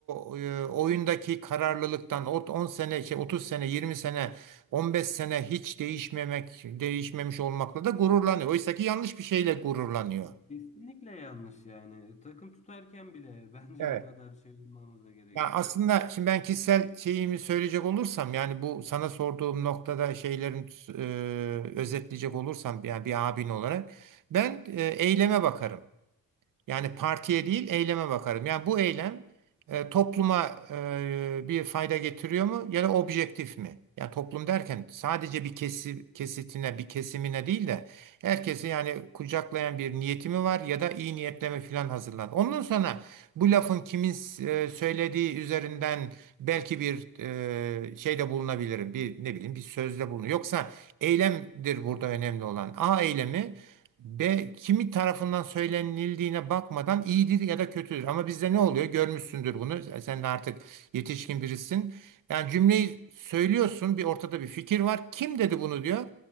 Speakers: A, on the right (about 60°); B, on the left (about 20°).
A: o e, oyundaki kararlılıktan o 10 sene, şey, 30 sene, 20 sene, 15 sene hiç değişmemek, değişmemiş olmakla da gururlanıyor. Oysa ki yanlış bir şeyle gururlanıyor.
B: Kesinlikle yanlış yani. Takım tutarken bile <laughs> bence
A: Evet.
B: bu kadar şey olmamıza gerek
A: Ya
B: yok.
A: aslında şimdi ben kişisel şeyimi söyleyecek olursam yani bu sana sorduğum noktada şeylerin e, özetleyecek olursam yani bir abin olarak ben e, eyleme bakarım. Yani partiye değil eyleme bakarım. Yani bu eylem e, topluma e, bir fayda getiriyor mu ya da objektif mi? Yani toplum derken sadece bir kesi, kesitine, bir kesimine değil de herkesi yani kucaklayan bir niyeti mi var ya da iyi niyetleme falan hazırlan. Ondan sonra bu lafın kimin e, söylediği üzerinden belki bir e, şeyde bulunabilirim. Bir ne bileyim bir sözde bulunur. Yoksa eylemdir burada önemli olan. A eylemi B kimi tarafından söylenildiğine bakmadan iyidir ya da kötüdür. Ama bizde ne oluyor? Görmüşsündür bunu. E, Sen de artık yetişkin birisin. Yani cümleyi söylüyorsun, bir ortada bir fikir var. Kim dedi bunu diyor.